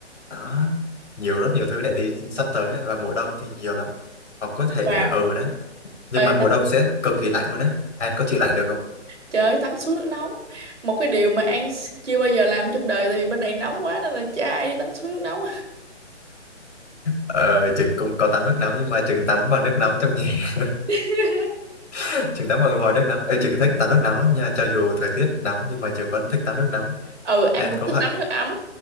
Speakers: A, on the left (about 75°); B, on the right (about 75°).
A: Đó, nhiều rất nhiều thứ để đi sắp tới ấy. Và mùa đông thì nhiều lắm. Hoặc có thể,
B: wow
A: à, ừ đấy. Nhưng
B: Ê,
A: mà mùa
B: tắm,
A: đông sẽ cực kỳ lạnh luôn á. An có chịu lạnh được không?
B: trời ơi, tắm suối nước nóng Một cái điều mà An s- chưa bao giờ làm trong đời Tại vì bên này nóng quá nên là chả ai đi tắm suối nước nóng
A: Ờ, Trường cũng có tắm nước nóng nhưng mà Trường tắm bằng nước nóng trong nhà.
B: <laughs>
A: <laughs> Trường tắm bằng vòi nước nóng. Ờ, Trường thích tắm nước nóng lắm nha. Cho dù thời tiết nóng nhưng mà Trường vẫn thích tắm nước nóng.
B: Ừ, An
A: An
B: cũng
A: có
B: thích
A: vậy?
B: tắm nước ấm